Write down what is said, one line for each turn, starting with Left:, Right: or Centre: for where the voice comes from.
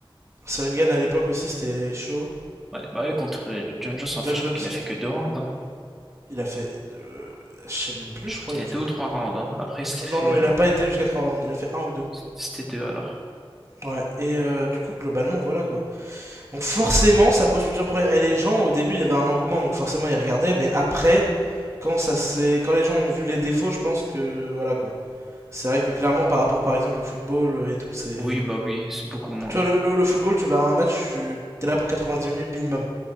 Right: Cyril Gann à l'époque aussi c'était chaud.
Centre: Ouais, bah ouais, contre John Jones, en
Right: John
Centre: fait, je
Right: Jones,
Centre: crois qu'il a fait que deux rounds. hein.
Right: il a fait, je sais même plus,
Centre: Je
Right: je
Centre: crois
Right: crois,
Centre: que c'était
Right: il a fait
Centre: deux ou
Right: un.
Centre: trois rounds. hein. Après, il s'était fait.
Right: Non, non,
Centre: euh,
Right: il a pas été jusqu'à 3 rounds, il a fait un ou deux.
Centre: C'était deux alors.
Right: Ouais, et euh, du coup, globalement, voilà quoi. Donc forcément, ça pose plusieurs problèmes. Et les gens, au début, il y avait un engouement, donc forcément, ils regardaient, mais après, quand ça s'est... quand les gens ont vu les défauts, je pense que, voilà quoi. C'est vrai que clairement, par rapport par exemple au football euh, et tout, c'est.
Centre: Oui, bah oui, c'est beaucoup moins.
Right: Tu vois, le, le- le football, tu vas à un match, tu t'es là pour 90 minutes minimum.